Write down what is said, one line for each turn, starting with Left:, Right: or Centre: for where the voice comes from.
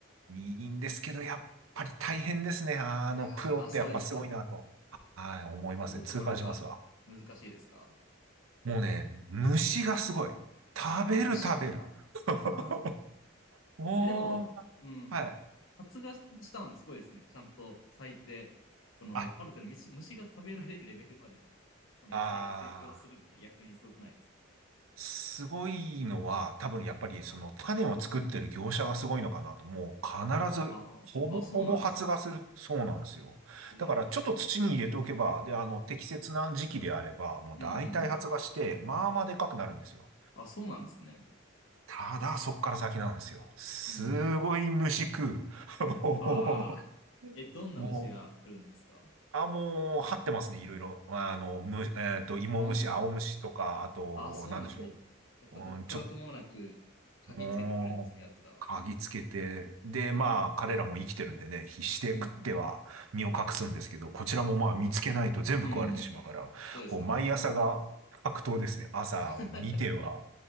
Right: いいんですけど、やっぱり大変ですね。あの、
Left: いやー、
Right: プロってやっぱすごいなと。
Left: あ、そうですか。
Right: はい、思いますね。
Left: どういうところが難しいですか
Right: 痛感しますわ。もうね、虫がすごい。食べる、
Left: あ、虫か。
Right: 食べる。<laughs>
Left: ああ。
Right: もう、
Left: え、でも、
Right: ま
Left: うん。
Right: はい。
Left: 発芽したのですごいですね。ちゃんと咲いて、この、
Right: あ、
Left: ある程度虫、虫が食べられるレベルまで。その野菜が成長するって逆にすごくないですか
Right: ああー。すごいのは、多分やっぱりその種を作ってる業者がすごいのかなと、もう必ずほぼほぼ発芽する、
Left: ああ、あ、そうなんですね。
Right: そうなんですよ。
Left: へえ
Right: だからちょっと土に入れておけば、で、あの、適切な時期であれば、もう大体発芽して、
Left: うんうんうん。
Right: まあまあでかくなるんですよ。
Left: あ、そうなんですね。
Right: ただ、そっから先なんですよ。すごい虫食う。
Left: うん。
Right: <laughs>
Left: ああ、え、どんな虫が来るんですか
Right: もう、あ、もう、張ってますね、いろいろ。あの、む、えっと、芋虫、
Left: あ
Right: 青虫とか、あと、
Left: あ、あ、そうなんですね。
Right: なんでしょ
Left: やっぱどっからともなく嗅ぎつけてくるんですね、
Right: う。うん、ちょっと、もう嗅ぎつけて、
Left: 奴らは。
Right: で、まあ、彼らも生きてるんでね、必死で食っては身を隠すんですけど、
Left: うん。
Right: こちらもまあ見つけないと全部食われてしまうから、
Left: うん。そうですよね。
Right: こう、毎朝が格闘ですね。朝を見ては、
Left: <laughs>